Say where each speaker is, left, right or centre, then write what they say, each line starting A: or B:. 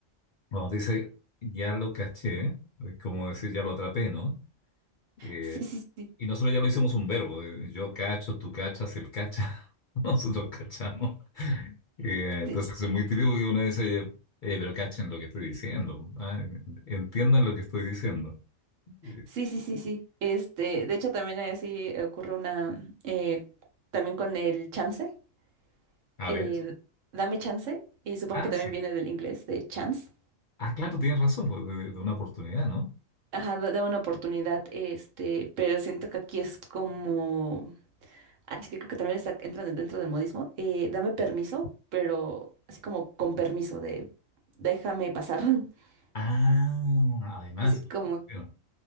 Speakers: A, on the left; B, on the right.
A: cuando te dice ya lo caché, es como decir ya lo atrapé, ¿no? Eh,
B: Sí, sí, sí,
A: y nosotros ya lo hicimos un verbo. eh, Yo cacho, tú cachas, él cacha. <laughs> Nosotros cachamos. Eh, entonces
B: sí,
A: es muy típico que uno dice, oye, eh, pero cachen lo que estoy diciendo. ah, Entiendan lo que estoy diciendo. Eh,
B: sí, sí, sí, sí. Este, de hecho, también así ocurre una, eh, también con el chance.
A: a
B: eh,
A: ver, eso.
B: dame chance, y supongo
A: Ah,
B: que también
A: sí.
B: viene del inglés, de chance.
A: Ah, claro, tienes razón, pues, de, de una oportunidad, ¿no?
B: Ajá, da- dame una oportunidad, este, pero siento que aquí es como, ah, es que creo que también está, entran dentro del modismo, eh, dame permiso, pero así como con permiso de déjame pasar. <laughs>
A: Ah, además.
B: Así como,
A: Bueno,